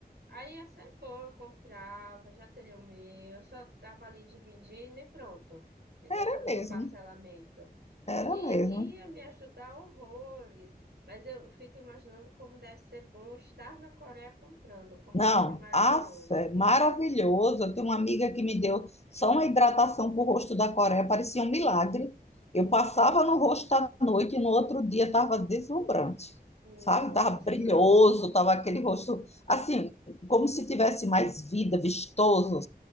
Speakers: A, on the right; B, on the left.
A: Aí ia ser bom, eu comprava, já teria o meu, eu só tava ali dividindo e pronto. Entendeu?
B: Era
A: Fazendo
B: mesmo,
A: meu parcelamento.
B: era
A: E
B: mesmo.
A: ia me ajudar horrores. Mas eu fico imaginando como deve ser bom estar na Coreia comprando, como
B: Não,
A: deve ser maravilhoso.
B: af, é maravilhoso. Eu tenho uma amiga que me deu só uma hidratação para o rosto da Coreia, parecia um milagre. Eu passava no rosto à noite e no outro dia estava deslumbrante, sabe?
A: Nossa.
B: Estava brilhoso, estava aquele rosto assim, como se tivesse mais vida, vistoso